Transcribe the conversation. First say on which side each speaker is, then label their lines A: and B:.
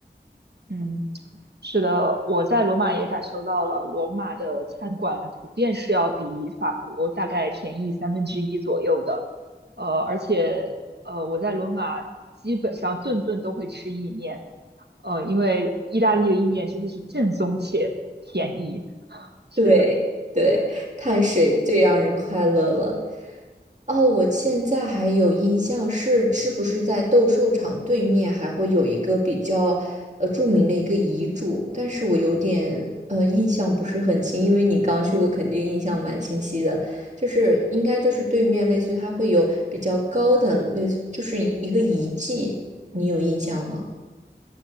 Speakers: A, on the right; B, on the right.
A: 嗯，是的，我在罗马也感受到了，罗马的餐馆普遍是要比法国大概便宜三分之一左右的，呃，而且呃，我在罗马基本上顿顿都会吃意面，呃，因为意大利的意面真的是正宗且便宜。是的。
B: 对对，碳水最让人快乐了。哦，我现在还有印象是，是不是在斗兽场对面还会有一个比较呃著名的一个遗嘱？但是我有点呃印象不是很清，因为你刚去过，肯定印象蛮清晰的。就是应该就是对面，类似于它会有比较高的，类似就是一一个遗迹，你有印象吗？